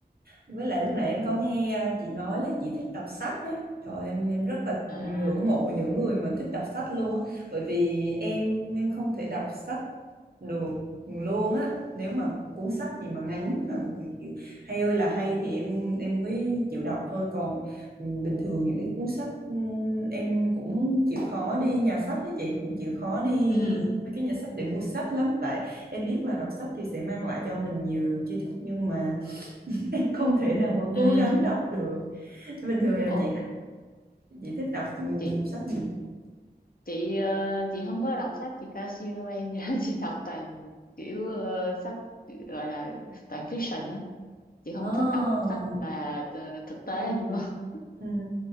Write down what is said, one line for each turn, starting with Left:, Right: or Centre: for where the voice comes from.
Right: Với lại lúc nãy em có nghe à, chị nói là chị thích đọc sách á. Trời em em rất là
Left: à
Right: ngưỡng mộ những người mà thích đọc sách luôn á, bởi vì em em không thể đọc sách được luôn á. Nếu mà cuốn sách gì mà ngắn mà kiểu hay ơi là hay thì em em mới chịu đọc thôi, còn ừ, bình thường những cái cuốn sách ừ, em cũng chịu khó đi nhà sách đó chị, cũng chịu khó đi
Left: ừ
Right: mấy cái nhà sách để mua sách lắm tại em biết là đọc sách thì sẽ mang lại cho mình nhiều tri thức nhưng mà <laughs> em không thể nào mà
Left: ừ
Right: cố gắng đọc được bình thường là
Left: ủa
Right: chị chị thích đọc ừm,
Left: chị
Right: sách gì
Left: chị ờ, chị không có đọc sách chị cao siêu đâu em <laughs> chị đọc toàn kiểu ờ, sách gọi là toàn fiction đó chị không
Right: à,
Left: có thích đọc sách mà ờ, thực tế nhưng <laughs>
Right: ừm,